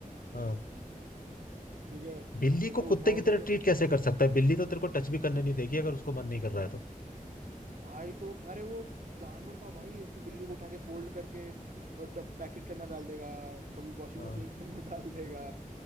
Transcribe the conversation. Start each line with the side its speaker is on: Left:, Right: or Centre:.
Left: हाँ
Right: ठीक है
Left: बिल्ली
Right: उसे
Left: को कुत्ते
Right: उठा
Left: की
Right: उठा
Left: तरह
Right: के
Left: ट्रीट कैसे कर सकता है बिल्ली तो तेरे को टच भी करने नहीं देगी अगर उसको मन नहीं कर रहा है तो
Right: भाई तो अरे वो जानवर था भाई उसको बिल्ली को उठा के फोल्ड करके और डब पैकेट के अंदर डाल देगा कभी वॉशिंग
Left: हाँ
Right: मशीन के अंदर <laughs> डाल देगा